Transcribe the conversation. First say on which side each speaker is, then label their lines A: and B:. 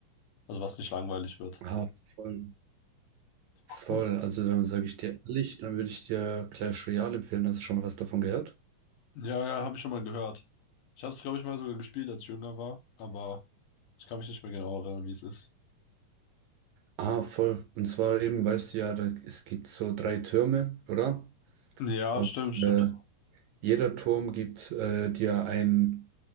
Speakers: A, on the left; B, on the right.
A: Also was nicht langweilig wird.
B: Ah, voll. Voll.
A: Hm.
B: Also dann sage ich dir ehrlich, dann würde ich dir Clash Royale empfehlen. Hast du schon mal was davon gehört?
A: Ja, ja, habe ich schon mal gehört. Ich habe es, glaube ich, mal sogar gespielt, als ich jünger war, aber ich kann mich nicht mehr genau erinnern, wie es ist.
B: Ah, voll. Und zwar eben, weißt du ja, da, es gibt so drei Türme, oder?
A: Ja,
B: Und
A: stimmt, stimmt.
B: äh, jeder Turm gibt äh, dir ein,